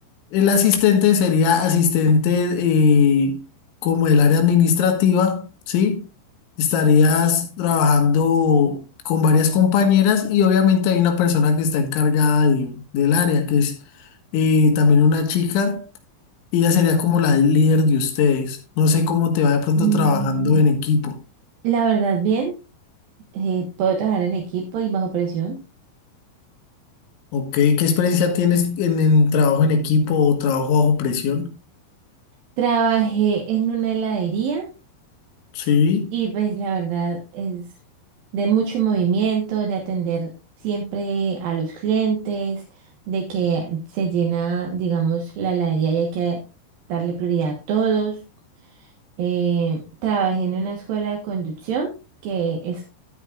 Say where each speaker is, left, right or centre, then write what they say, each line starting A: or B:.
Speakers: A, on the left; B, on the right.
A: El asistente sería asistente eh, como el área administrativa, ¿sí? Estarías trabajando con varias compañeras y obviamente hay una persona que está encargada de- del área, que es eh, también una chica. Y Ella sería como la líder de ustedes. No sé cómo te va de pronto
B: Mm,
A: trabajando en equipo.
B: la verdad, bien. Eh, puedo trabajar en equipo y bajo presión.
A: Ok, ¿qué experiencia tienes en, en trabajo en equipo o trabajo bajo presión?
B: Trabajé en una heladería.
A: Sí,
B: Y pues la verdad es de mucho movimiento, de atender siempre a los clientes, de que se llena, digamos, la heladería y hay que darle prioridad a todos. Eh, trabajé en una escuela de conducción que es